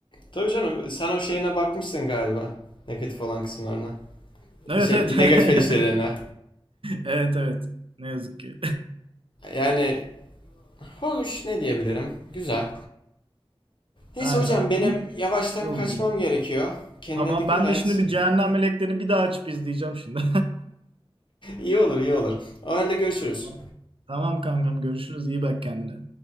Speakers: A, on the left; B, on the right.
A: Tabii canım sen o şeyine bakmışsın galiba. Negatif olan kısımlarına.
B: Evet
A: Şey
B: evet.
A: negatif
B: <laughs>
A: eleştirilerine.
B: Evet evet. Ne yazık ki.
A: Yani Hoş ne diyebilirim? Güzel.
B: <laughs>
A: Neyse
B: Aynen.
A: hocam benim
B: İyi
A: yavaştan
B: yol
A: kaçmam
B: diyor.
A: gerekiyor. Kendine
B: Tamam
A: dikkat
B: ben
A: et.
B: de şimdi bir Cehennem Meleklerini bir daha açıp izleyeceğim şimdi.
A: İyi olur iyi olur. O halde görüşürüz.
B: <laughs> Tamam. Tamam kankam görüşürüz. İyi bak kendine.